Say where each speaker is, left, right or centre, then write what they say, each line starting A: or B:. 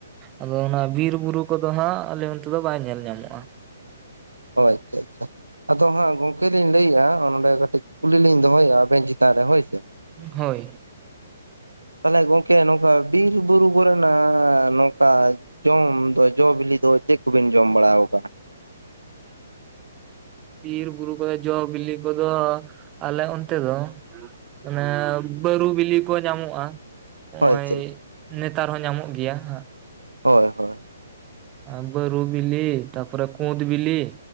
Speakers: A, on the right; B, on the right.
A: ᱟᱫᱚ ᱚᱱᱟ ᱵᱤᱨ ᱵᱩᱨᱩ ᱠᱚᱫᱚ ᱦᱟᱸᱜ ᱟᱞᱮ ᱚᱱᱛᱮ ᱫᱚ ᱵᱟᱭ ᱧᱮᱞ ᱧᱟᱢᱚᱜ-ᱟ ᱾
B: ᱚ ᱟᱪᱪᱷᱟ ᱟᱪᱪᱷᱟ᱾ ᱟᱫᱚ ᱦᱟᱸᱜ ᱜᱚᱝᱠᱮ ᱞᱤᱧ ᱞᱟᱹᱭᱮᱜ-ᱟ᱾ ᱚ ᱱᱚᱸᱰᱮ ᱠᱟᱹᱴᱤᱡ ᱠᱩᱞᱤ ᱞᱤᱧ ᱫᱚᱦᱚᱭᱮᱜ-ᱟ ᱟᱵᱮᱱ ᱪᱮᱛᱟᱱ ᱨᱮ ᱦᱳᱭ ᱥᱮ᱾
A: ᱦᱳᱭ᱾
B: ᱛᱟᱞᱦᱮ ᱜᱚᱝᱠᱮ ᱱᱚᱝᱠᱟ ᱵᱤᱨ ᱵᱩᱨᱩ ᱠᱚᱨᱮᱱᱟ ᱱᱚᱝᱠᱟ ᱡᱚᱢ ᱫᱚ ᱡᱚ ᱵᱤᱞᱤ ᱫᱚ ᱪᱮᱫ ᱠᱚᱵᱤᱱ ᱡᱚᱢ ᱵᱟᱲᱟᱣ ᱠᱟᱜ-ᱟ᱾ <inaudible>
A: ᱵᱤᱨ ᱵᱩᱨᱩ ᱠᱚᱨᱮ ᱡᱚ ᱵᱤᱞᱤ ᱠᱚᱫᱚ ᱟᱞᱮ ᱚᱱᱛᱮ ᱫᱚ ᱚᱱᱮ ᱵᱟᱹᱨᱩ ᱵᱤᱞᱤ ᱠᱚ ᱧᱟᱢᱚᱜ-ᱟ᱾ ᱦᱚᱜ-ᱚᱭ
B: ᱦᱳᱭ ᱪᱮ
A: ᱱᱮᱛᱟᱨ ᱦᱚᱸ ᱧᱟᱢᱚᱜ ᱜᱮᱭᱟ ᱦᱟᱸᱜ᱾
B: ᱦᱳᱭ ᱦᱳᱭ᱾
A: ᱟᱹ ᱵᱟᱹᱨᱩ ᱵᱤᱞᱤ ᱛᱟᱯᱚᱨᱮ ᱠᱩᱸᱫᱽ ᱵᱤᱞᱤ᱾